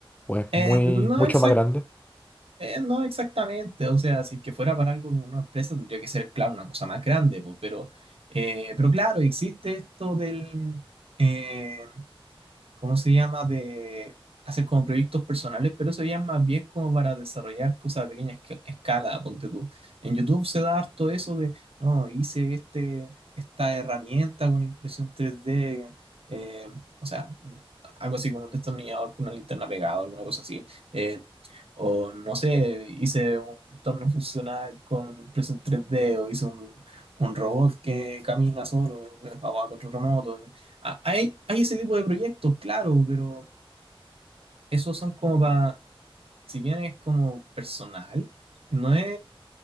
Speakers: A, on the left; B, on the right.
A: Pues
B: Eh,
A: muy,
B: no
A: mucho
B: exact-
A: más grande.
B: eh, no exactamente, o sea, si es que fuera para algo como una empresa tendría que ser, claro, una cosa más grande, po, pero, eh, pero claro, existe esto del, eh, ¿cómo se llama? De hacer como proyectos personales, pero eso ya es más bien como para desarrollar cosas a pequeña esca- escala, ponte tú. En YouTube se da harto eso de, no, hice este, esta herramienta con impresión 3D, eh, o sea, mm, algo así como un destornillador con una linterna pegada, alguna cosa así. Eh, o no sé, hice un torno funcional con impresión 3D, o hice un, un robot que camina solo, eh, o a control remoto. eh. Ah, Hay, hay ese tipo de proyectos, claro, pero esos son como para, si bien es como personal, no es...